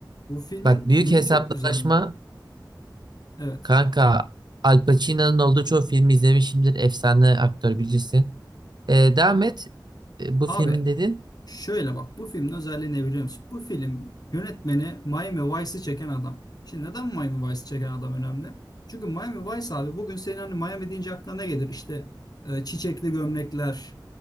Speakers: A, on the left; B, on the right.
A: Bu filmin
B: Bak büyük
A: neyi
B: hesaplaşma
A: çok güzel. Evet.
B: kanka Al Pacino'nun olduğu çoğu filmi izlemişimdir. Efsane aktör bilirsin. E, devam et. E, bu
A: Abi
B: filmin dedin.
A: Şöyle bak bu filmin özelliği ne biliyor musun? Bu film yönetmeni Miami Vice'ı çeken adam. Şimdi neden Miami Vice'ı çeken adam önemli? Çünkü Miami Vice abi bugün senin hani Miami deyince aklına ne gelir? İşte e, çiçekli gömlekler,